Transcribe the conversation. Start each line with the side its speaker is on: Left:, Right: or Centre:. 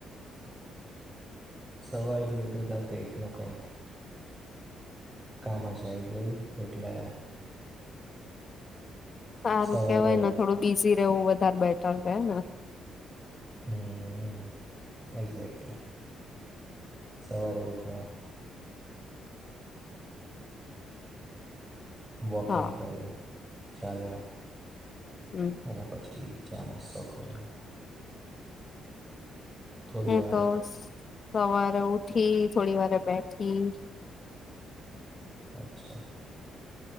Right: સવારથી ઉઠતર કંઈક ન કંઈક કામ જ આવી ગયું એટલે
Left: સારું
Right: સવારે
Left: કેવાય ને થોડું બીજી વું વધારે બેઠર રહે ને
Right: હમ એક્ઝેક્ટલી સવારે ઉઠ્યો વોકિંગ
Left: હા
Right: કર્યો. ચાલો
Left: હમ
Right: એના પછી જા ના શો કર્યો થોડી
Left: હું
Right: વાર
Left: તો સવારે ઉઠી થોડી વારે બેઠી
Right: અચ્છા.